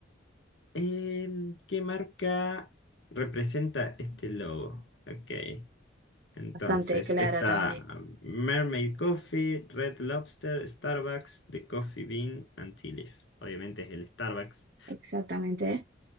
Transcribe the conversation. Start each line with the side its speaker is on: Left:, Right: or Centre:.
Left: em, ¿qué marca representa este logo? Ok. Entonces,
Right: Bastante claro
Left: está
Right: también.
Left: Mermaid Coffee, Red Lobster, Starbucks, The Coffee Bean and Tea Leaf. Obviamente es el Starbucks.
Right: Exactamente.